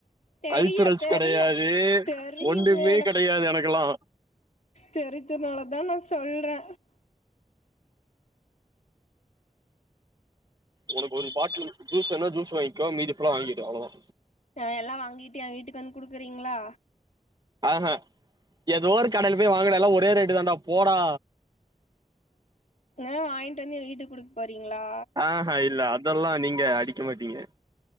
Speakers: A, on the left; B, on the right.
A: தெரியு
B: கல்ச்சுரல்ஸ்
A: தெரியு
B: கெடையாது
A: தெரியுமே
B: ஒன்னுமே கெடையாது எனக்கலா
A: தெருஞ்சனாலதா நா சொல்றே
B: உனக் ஒரு பாட்லு ஜூஸ்வேனா ஜூஸ் வாங்கோ மீதி ஃபுல்லா வாங்கிகோ அவ்ளோ தா
A: ஆ எல்லா வாங்கிட்டு எ வீட்டுக் வந் குடுக்குறீங்ளா
B: ஆ ஹ எதோ ஒரு கடல போய் வாங்குடால்லா ஒரே ரேட்டுதாண்டா போடா
A: ஏ வாங்கிட் வந்து எ வீட்டுக் குடுக் போறீங்ளா
B: ஆ ஹா இல்ல அதல்லா நீங்க அடிக்க மாட்டீங்க